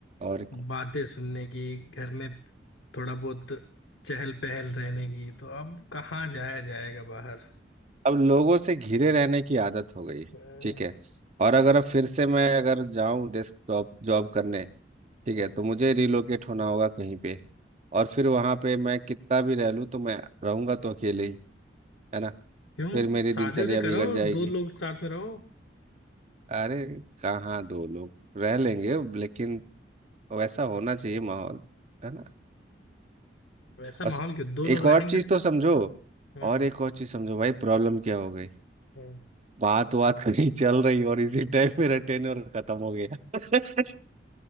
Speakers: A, on the right (about 40°); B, on the left (about 85°).
A: और
B: बातें सुनने की घर में थोड़ा बहुत चहल पहल रहने की तो अब कहाँ जाया जाएगा बाहर
A: अब लोगों से घिरे रहने की आदत हो गई
B: हम्म,
A: ठीक है और अगर अब फिर से मैं अगर जाऊं डेस्क जॉब जॉब करने ठीक है तो मुझे रिलोकेट होना होगा कहीं पे और फिर वहां पे मैं कितना भी रह लूं तो मैं रहूंगा तो अकेले ही है ना
B: क्यों
A: फिर मेरी
B: शादी
A: दिनचर्या
B: उदी
A: बिगड़
B: करो
A: जाएगी
B: दो लोग साथ में रहो
A: अरे कहाँ दो लोग रह लेंगे लेकिन वैसा होना चाहिए माहौल है ना
B: वैसा माहौल
A: और स-
B: क्यों दो लोग
A: एक
B: रहेंगे
A: और चीज
B: तो
A: तो समझो
B: हम्म
A: और एक और चीज समझो भाई प्रॉब्लम क्या हो गई
B: हम्म,
A: बात बात कहीं <laughs> चल रही और इसी टाइम मेरा टेन्योर खत्म हो गया <laughs>